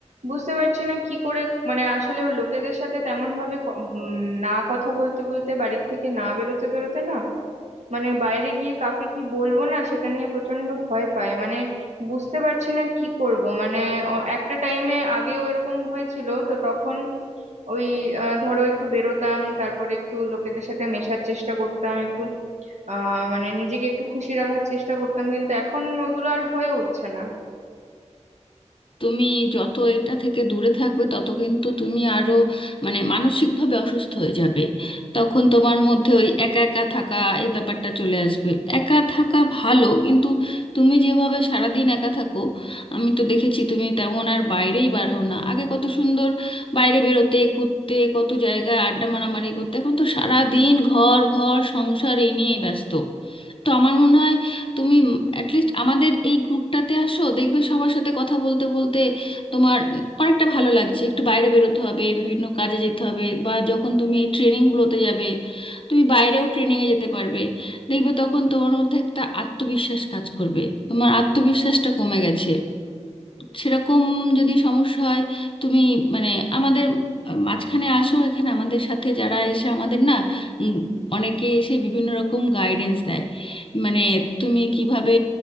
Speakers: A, on the right; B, on the left.
A: বুঝতে পারছি না কি করে মানে আসলে লোকেদের সাথে তেমন ভাবে ক- উম, না কথা বলতে বলতে বাড়ির থেকে না বেরোতে বেরোতে না মানে বাইরে গিয়ে কাকে কি বলবো না সেটা নিয়ে প্রচন্ড ভয় পাই মানে বুঝতে পারছি না কি করব মানে অ- একটা টাইমে আগেও এরকম হয়েছিল তো তখন ওই আহ, ধরো একটু বেরোতাম তারপরে একটু লোকেদের সাথে মেশার চেষ্টা করতাম একটু আহ মানে নিজেকে একটু খুশি রাখার চেষ্টা করতাম কিন্তু এখন ওইগুলো আর হয়ে উঠছে না
B: তুমি যত এটা থেকে দূরে থাকবে তত কিন্তু তুমি আরো মানে মানসিকভাবে অসুস্থ হয়ে যাবে তখন তোমার মধ্যে ওই একা একা থাকা এই ব্যাপারটা চলে আসবে একা থাকা ভালো কিন্তু তুমি যেভাবে সারাদিন একা থাকো আমি তো দেখেছি তুমি তেমন আর বাইরেই বার হও না আগে কত সুন্দর বাইরে বেরোতে ঘুরতে কত জায়গায় আড্ডা মারামারি করতে এখন তো সারাদিন ঘর ঘর সংসার এই নিয়েই ব্যস্ত তো আমার মনে হয় তুমি অ্যাটলিস্ট আমাদের এই গ্রুপটাতে আসো দেখবে সবার সাথে কথা বলতে বলতে তোমার অনেকটা ভালো লাগছে একটু বাইরে বেরোতে হবে বিভিন্ন কাজে যেতে হবে বা যখন তুমি এই ট্রেনিংগুলোতে যাবে তুমি বাইরেও ট্রেনিংয়ে যেতে পারবে দেখবে তখন তোমার মধ্যে একটা আত্মবিশ্বাস কাজ করবে তোমার আত্মবিশ্বাসটা কমে গেছে সেরকম যদি সমস্যা হয় তুমি মানে আমাদের মাঝখানে আসো এখানে আমাদের সাথে যারা এসে আমাদের না উম, অনেকে এসে বিভিন্ন রকম গাইডেন্স দেয় মানে তুমি কিভাবে